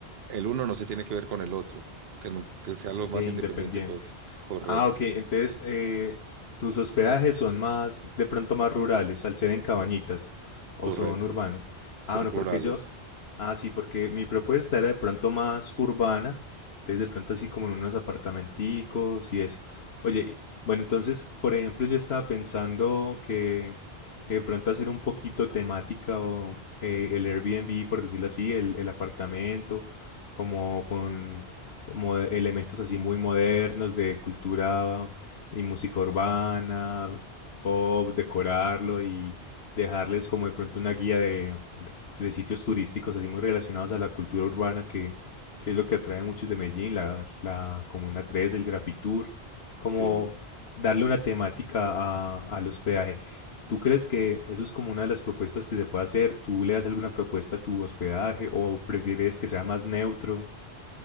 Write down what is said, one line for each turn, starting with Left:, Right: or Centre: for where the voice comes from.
Right: el uno no se tiene que ver con el otro, que, no- que sea lo más
Left: que independientes.
Right: independiente posible. Correcto,
Left: Ah, ok, entonces eh, tus hospedajes son más, de pronto más rurales, al ser en cabañitas, o
Right: correcto.
Left: son urbanas.
Right: Son
Left: Ah, bueno,
Right: plurales.
Left: porque yo, ah, sí, porque mi propuesta era de pronto más urbana, entonces de pronto así como en unos apartamenticos y eso. Oye, y- bueno, entonces, por ejemplo, yo estaba pensando que, que de pronto hacer un poquito temática o eh, el Airbnb, por decirlo así, el, el apartamento, como con mo- elementos así muy modernos de cultura y música urbana, pop, decorarlo y dejarles como de pronto una guía de, de- de sitios turísticos así muy relacionados a la cultura urbana que, que es lo que atrae a muchos de Medellín, la, la Comuna tres el Grafitour, como
Right: Sí,
Left: darle una temática a, al hospedaje. ¿Tú crees que eso es como una de las propuestas que se puede hacer? ¿Tú le das alguna propuesta a tu hospedaje o prefieres que sea más neutro?